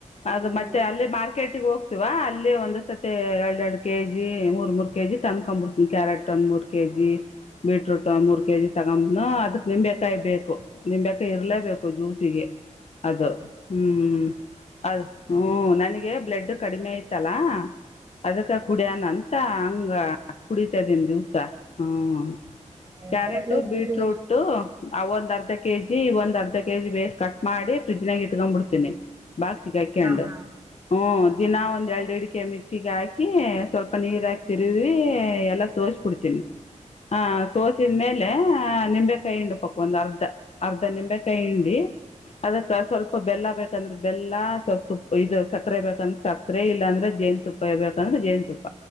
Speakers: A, on the left; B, on the right.
A: ಅದು
B: ಹ್ಮ್
A: ಮತ್ತೆ ಅಲ್ಲೇ ಮಾರ್ಕೆಟ್ಗೆ ಹೋಗ್ತಿವಾ ಅಲ್ಲಿ ಒಂದ ಸತಿ ಎರಡೆರಡು. ಕೆ ಜಿ ಮೂರು ಮೂರು ಕೆ ಜಿ ತಂದುಕೊಬಿಡ್ತೀನಿ ಕ್ಯಾರೆಟ್ ಒಂದು ಮೂರು ಕೆ ಜಿ. ಬೀಟ್ರೂಟ್ ಮೂರ್ ಕೆ ಜಿ ತಗೊಂಬ್ನ ಅದಕ್ ನಿಂಬೆೇಕಾಯಿ ಬೇಕು. ನಿಮ್ ಬೆಕಾಯಿ ಇರ್ಲೇಬೇಕು ಜ್ಯೂಸಿಗೆ. ಅದು ಹ್ಮ್ ಅದ ಹ್ಮ್ ನನಗೆ. ಬ್ಲೆಡ್ ಕಡಿಮೆ ಆಐ್ತಲ್ಲ ಅದಕ್ಕ ಕುಡಿಯಾನಂತ. ಹಂಗ ಕುಡಿತಾದನ್ ದಿವ್ಸ ಹ್ಮ.
B: ಅಯ್ಯೋ
A: ಕ್ಯಾರೆಟು
B: ಒಳ್ಳೇದ್
A: ಬೀಟ್ರೂಟು.
B: ಬಿಡ್ರಿ
A: ಆ ಒಂದ್ ಅರ್ಧ ಕೆಜಿ ಈ ಒಂದ್ ಅರ್ಧ ಕೆ ಜಿ ಬೇಸ್ ಕಟ್ ಮಾಡಿ ಫ್ರಿಜ್ನಾಗ ಇಟ್ಕೊಂಡ್ ಬಿಡ್ತೀನಿ. ಬಾಕ್ ಸಿಕಕೊಂಡು
B: ಹಾ ಹಾ
A: ಹ
B: ಹಾ.
A: ದಿನ ಒಂದ್ ಎರಡುಡ್. ಕೆ ಮಿಕ್ಸಿಗೆ ಹಾಕಿ ಸ್ವಲ್ಪ ನೀರ ಹಾಕಿ ತಿರುಗಿ ಎಲ್ಲಾ ಸೋಸ್ಬಿಡ್ತೀನಿ. ಹ ಸೋಸಿದ ಮೇಲೆ ನಿಂಬೆ ಕಾಯಿ ಹಿಂಡಪಕ್ ಒಂದ್ ಅರ್ಧ. ಅರ್ಧ ನಿಂಬೇಕಾಯಿ ಹಿಂಡಿ. ಅದಕ್ಕ ಸ್ವಲ್ಪ ಬೆಲ್ಲ ಬೇಕಂದ್ರೆ ಬೆಲ್ಲ ಸ್ವಲ್ ಇದು ಸಕ್ಕರೆ ಬೇಕಂದ್ರೆ ಸಕ್ಕರೆ ಇಲ್ಲಾ ಅಂದ್ರೆ. ಜೇನ್ತುಪ್ಪ ಇರ ಬೇಕಂದ್ರೆ ಜೇನತುಪ್ಪ